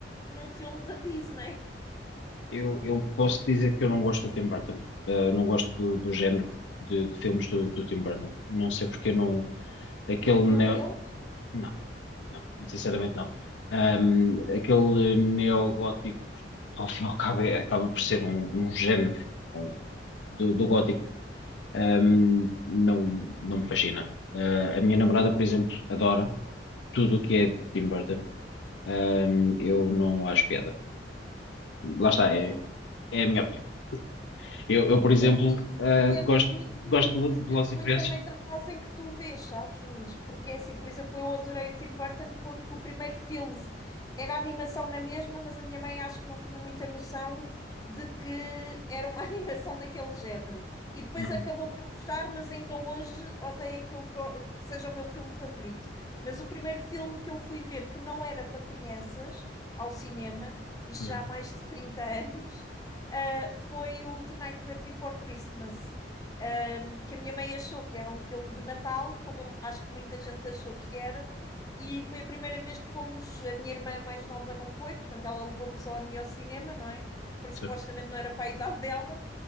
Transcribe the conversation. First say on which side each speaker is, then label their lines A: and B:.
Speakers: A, on the left; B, on the left.
A: num filme da Disney.
B: Eu, eu posso dizer que eu não gosto do Tim Burton. Uh, não gosto do, do género de, de filmes do, do Tim Burton. Não sei porque não. Aquele
A: De nenhum
B: neo.
A: deles,
B: Não, não, muito sinceramente não. Um, aquele neogótico, ao fim e ao cabo, é- acaba por ser um, um género um, do, do gótico. Um, não, não me fascina. Uh, a minha namorada, por exemplo, adora tudo o que é Tim Burton. Um, eu não acho piada. Lá
A: compreendo.
B: está, é, é a minha opinião. Eu, eu, por exemplo,
A: É assim,
B: ah,
A: depende
B: gosto,
A: muito,
B: gosto
A: depende
B: de Velozes e
A: muito
B: Furiosos.
A: também da fase em que tu vês, sabes, Luís? Porque é assim, por exemplo, eu adorei o Tim Burton porque o primeiro filme era animação na mesma, mas a minha mãe acho que não tinha muita noção de que era uma <laughs> animação daquele género. E depois
B: Uhum,
A: acabou por gostar, mas ainda hoje odeio aquilo que, eu- que seja o meu filme favorito. Mas o primeiro filme que eu fui ver que não era para crianças ao cinema, isto
B: uhum,
A: já há mais de 30 <laughs> anos, uh, foi o The Nightmare Before Christmas, um, que a minha mãe achou que era um filme de Natal, como acho que muita gente achou que era, e foi a primeira vez que fomos. A minha irmã mais nova não foi, portanto, ela levou-me só a mim ao cinema, não é? Porque
B: certo.
A: supostamente não era para a idade dela.